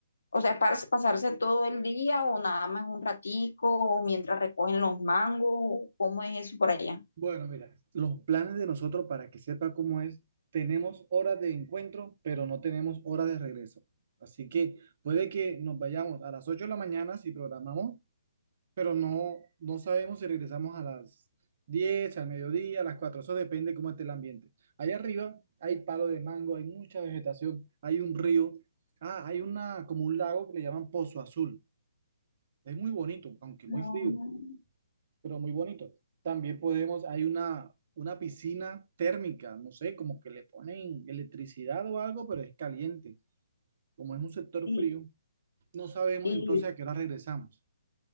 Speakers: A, on the left (about 80°); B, on the right (about 50°).
A: O sea, ¿es para pasarse todo el día o nada más un ratico o mientras recogen los mangos? ¿Cómo es eso por allá?
B: Bueno, mira, los planes de nosotros, para que sepa cómo es, tenemos horas de encuentro, pero no tenemos horas de regreso. Así que puede que nos vayamos a las 8 de la mañana si programamos, pero no, no sabemos si regresamos a las 10, al mediodía, a las 4. Eso depende cómo esté el ambiente. Allá arriba hay palo de mango, hay mucha vegetación, hay un río. Ah, hay una, como un lago que le llaman Pozo Azul. Es muy bonito, aunque muy
A: No.
B: frío pero muy bonito. También podemos, hay una, una piscina térmica, no sé, como que le ponen electricidad o algo, pero es caliente. Como es un sector
A: Y,
B: frío, no sabemos
A: y
B: entonces a qué hora regresamos.